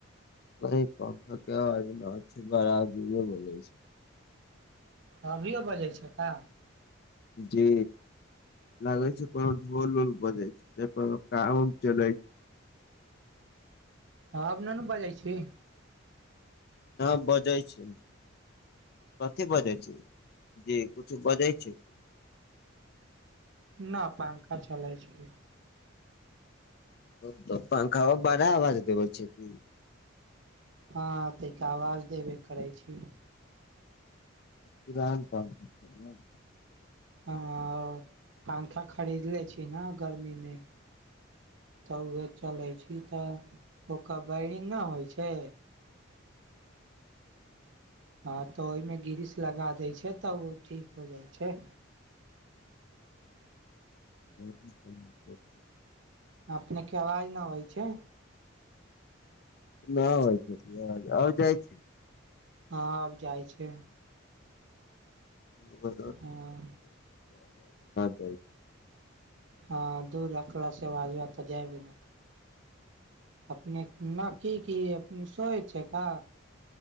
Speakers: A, on the left; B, on the right.
A: नहि पंखाके आवाज न छै बार आ जोरमे बजै छै
B: अभियो बजै छै का
A: जी लागै छै कोनो ढोल उल बजै छै कोनो काम उम चलै छै
B: आब न-नु बाजै छी
A: हाँ बजै छी कथि बजै छी जे कछु बजै छै
B: न पंखा चलै छै
A: ओ तऽ पंखा बड़ा आवाज देबै छै की
B: हाँ तैका आवाज देबै करै छी
A: पुरान पंखा हाँ
B: हाँ पंखा खरीदलै छी नऽ गर्मीमे तऽ उहाए चलै छी तऽ ओकर वायरिंग ना होइ छै हाँ तऽ ओहिमे ग्रीस लगा दै छै तऽ ओ ठीक हो जाइ छै
A: ह
B: अपनेके आवाज नहि अइ छै
A: न होइ छै आओ जाइ छै
B: हँ आब जाइ छै
A: <unintelligible>
B: हँ
A: जाइ
B: हाँ दूर रखला से आवाज वहाँ तऽ जाबै न अपने न की की अपने सोै छै का